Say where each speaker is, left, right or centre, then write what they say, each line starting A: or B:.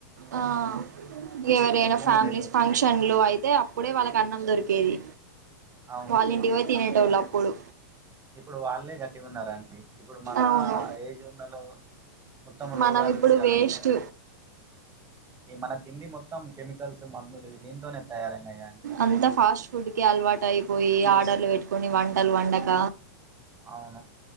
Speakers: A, on the right; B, on the right.
A: ఆ ఇగ ఎవరియి అయిన
B: ఇవే
A: ఫ్యామిలీస్
B: ఉండేటివి
A: ఫంక్షన్లు అయితే తే అప్పుడే వాళ్ళకి అన్నం దొరికేది
B: అవును
A: వాళ్ళ ఇంటికి పోయి తినేటోళ్ళు అప్పుడు
B: ఇప్పుడు వాళ్ళే గట్టిగా ఉన్నారండి ఇప్పుడు మన
A: అవును
B: ఏజ్ ఉన్నోళ్ళు మొత్తం రోగాలు
A: మనం ఇప్పుడు
B: గీగాలు
A: వేస్ట్
B: ఉన్నాయి మన తిండి మొత్తం కెమికల్స్ మందులు దీంతోనే తయారైనాయి అండి మొత్తం
A: అంతా ఫాస్ట్ ఫుడ్ కి అలవాటయి పోయి ఆర్డర్లు పెట్టుకొని వంటలు వండక
B: అవును